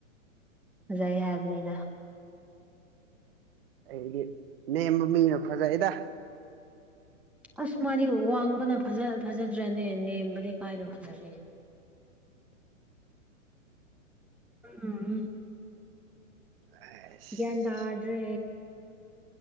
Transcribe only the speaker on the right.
ꯑꯩꯗꯤ ꯅꯦꯝꯕ ꯃꯤꯅ ꯐꯖꯩꯌꯦꯗ
ꯑꯁ